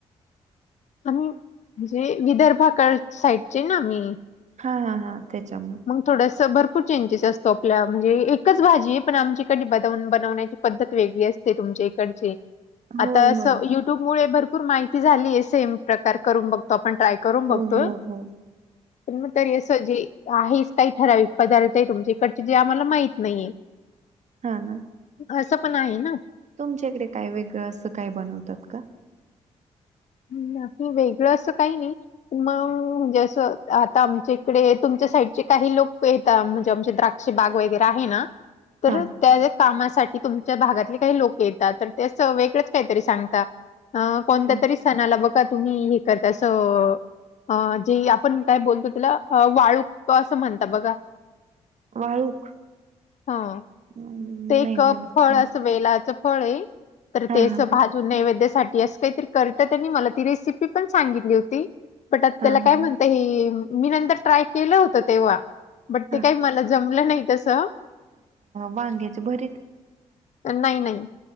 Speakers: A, on the left; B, on the right.
A: आम्ही म्हणजे विदर्भाकड साईडचे ना आम्ही.
B: हा हा तेच्या.
A: थोडस भरपूर चेंजेस असतो आपल्या म्हणजे एकच भाजी आहे पण आमची कडे <unintelligible> बनवण्याची. पद्धत वेगळी असते तुमच्या इकडची
B: होय
A: आता
B: होय
A: असं युट्यूबमुळे भरपूर माहिती झालीय सेम प्रकार करून बघतो आपण ट्राय करून
B: हो
A: बघतोय
B: हो हो
A: पण मग तरी अस जे आहेच काही ठराविक पदार्थ आहे तुमच्या इकडचे जे आम्हाला माहित नाहीये
B: हा ना
A: असं पण आहे ना
B: तुमच्या इकडे काय वेगळं असं काय बनवतात का
A: नाही वेगळं असं काही नाही मग म्हणजे असं आता आमच्या इकडे तुमच्या साईडचे काही लोक आहेत. तर म्हणजे आमचे द्राक्षे बाग वगैरे आहे ना तर
B: हा
A: त्याज्या कामासाठी तुमच्या भागातले काही लोक येतात तर ते असं वेगळच काहीतरी सांगता अं कोणत्या
B: हा
A: तरी सणाला बघा तुम्ही हे करता अस अं अं जे आपण काय बोलतो तेला वाळूक असं म्हणता बघा.
B: वाळूक.
A: हा
B: नाही
A: ते एक
B: मला
A: फळ
B: पण
A: असं वेलाचं फळ आहे तर
B: हा
A: ते असं
B: हा
A: भाज. जून नैवेद्यासाठी असं काहीतरी करत त्यांनी मला ती रेसिपी पण सांगितली होती. <unintelligible> त्याला
B: हा हा
A: काय
B: हा
A: म्हणत हे मी नंतर ट्राय केलं होत तेव्हा बट
B: हा
A: ते काही मला जमलं नाही तसं
B: वांग्याच भरीत.
A: नाही नाही.